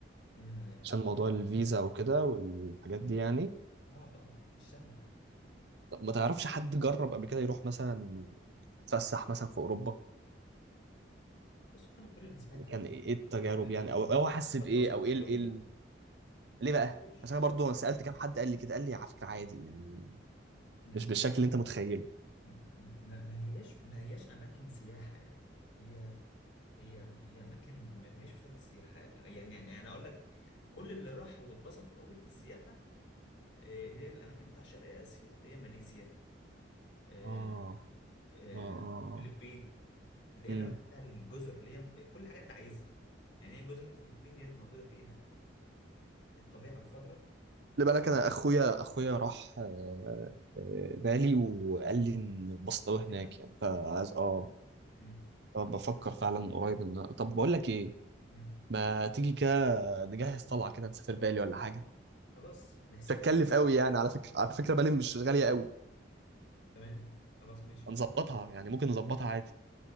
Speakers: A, on the left; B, on the right.
A: عشان ال-
B: عشان موضوع الفيزا
A: الفيزا يعني
B: وكده والحاجات دي يعني
A: صعبة مش سهلة يعني
B: طب ما تعرفش حد جرب قبل كده يروح مثلا يتفسح مثلا في اوروبا
A: بص هو انا كل اللي سمعت
B: يعني كان
A: عنه
B: ايه إيه التجارب
A: كل اللي راحوا
B: يعني او او
A: بصراحه
B: حس
A: ما
B: بايه
A: اتبسطوش
B: او ايه ال...
A: قوي
B: إيه ال...
A: يعني
B: ليه
A: ما اتبسطوش
B: بقى عشان انا برضه سالت كام حد قال لي كده قال لي على فكره عادي يعني
A: ن-
B: مش بالشكل اللي انت متخيله
A: ن- ما ما هياش ما هياش اماكن سياحه يعني هي هي هي اماكن م- ما هيش بتاعت السياحه يعني يعني انا اقول لك كل اللي راحوا واتبسطوا قوي في السياحه آه، اللي هي الاماكن بتاع شرق اسيا اللي هي ماليزيا آه،
B: اه
A: آه،
B: اه اه
A: الفلبين اللي هي
B: امم
A: الاماكن بتاع الجزر اللي هي كل حاجه انت عايزها يعني هي جزر الفلبين ديت موجوده فيها الطبيعه الخضراء
B: خلي بالك انا اخويا اخويا راح آه، آه، بالي وقال لي ان اتبسط
A: بسط
B: أوي هناك
A: فيها
B: يعني فعايز اه
A: مم.
B: بفكر فعلا قريب ان طب بقول لك ايه
A: مم.
B: ما تيجي كده نجهز طلعه كده نسافر بالي ولا حاجه
A: خلاص نحسب
B: مش هتكلف
A: لها
B: قوي يعني على فكره على فكره بالي مش غاليه قوي
A: تمام خلاص ماشي
B: هنظبطها يعني ممكن نظبطها عادي